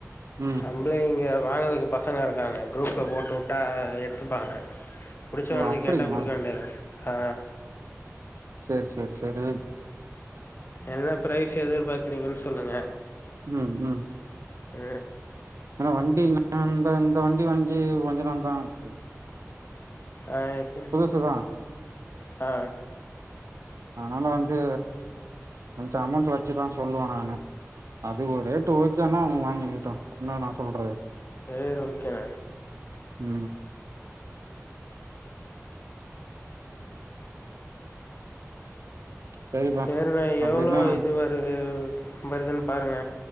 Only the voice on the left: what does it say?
நம்ப்ளே இங்க வாங்கறதுக்கு பசங்க இருக்காங்க குரூப்ல போட்டு விட்டா எ எட்த்துப்பாங்கா புடிச்சா
வந்து
கேட்டா குடுக்க வேண்டியதா ஆ
என்ன ப்ரைஸ் எதிர்பாக்குறீங்கன்னு சொல்லுங்க
அ
ஆ எத்து
ஆ
சரி ஓகேண்ண
சேர்ரா
ஏவ்ளோ இதுவா உ வருதுன்னு பாருங்க